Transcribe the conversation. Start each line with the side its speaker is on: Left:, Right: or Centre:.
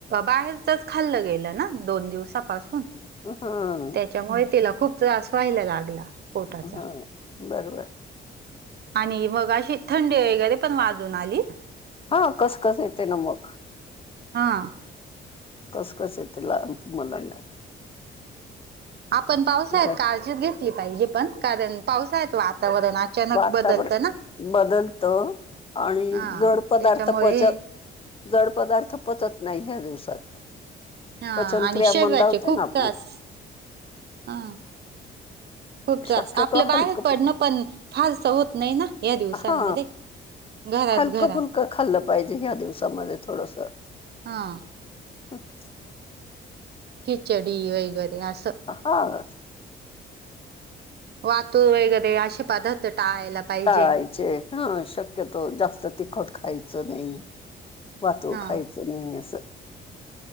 Right: बाहेरचच खाल्लं गेलं ना दोन दिवसापासून.
Left: हा.
Right: त्याच्यामुळे तिला खूप त्रास व्हायला लागला. पोटाचा.
Left: हा बरोबर.
Right: आणि मग अशी थंडी वगैरे पण वाजून आली.
Left: हा कसं कसं येते ना मग.
Right: हा.
Left: कसं कसं आहे ते लाह तू मलांडा.
Right: आपण पावसा्या
Left: काय
Right: काळजीत घेतली पाहिजे पण कारण पावसाळ वातावरण अचानक
Left: वातावरण
Right: बदलतं ना.
Left: बदलत आणि
Right: हा
Left: जड पदार्थ
Right: त्याच्यामुळे
Left: पचत. जड पदार्थ पचत नाही ह्या दिवसात.
Right: हा
Left: पचनक्रिया
Right: आणि शरीराचे
Left: मंदावते
Right: खूप
Left: ना आपली
Right: त्रास हा. खूप तास
Left: शक्यतो
Right: आपलं बाहेर
Left: हलकं
Right: पडणं
Left: फुल
Right: पण फार होत नाही ना. या दिवसांमध्ये
Left: हा
Right: घरात
Left: हलकं
Right: घरात
Left: फुलकं खाल्लं पाहिजे या्या दिवसामध्ये थोडस.
Right: हा.
Left: अच्छ.
Right: खिचडी वगैरे असं.
Left: ह.
Right: वाातूर वगैरे असे पदार्थ टाळायला पाहिजे.
Left: टाळायचे हा शक्यतो जास्त तिखट खायचं नाही वाातो
Right: हा
Left: खायच. सु नाही आहे अस.